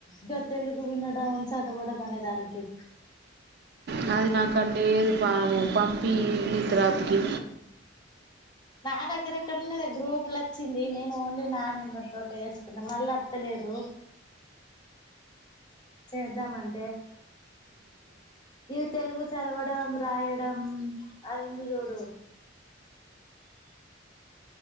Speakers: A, on the left; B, on the right.
A: గ తెలుగు వినడం చదవడం అనేదానికి
B: నాది నా కాడ లేదు ఫాము పంపి తర్వాతకి
A: నా దగ్గర ఎక్కడ ఉన్నదే గ్రూపుల వచ్చింది నేను ఓన్లీ నా నెంబర్ తోటె చేసుకున్నా మళ్ళ ఎత్తలేదు చేద్దామంటే ఇవి తెలుగు చదవడం రాయడం అది ఉంది చూడు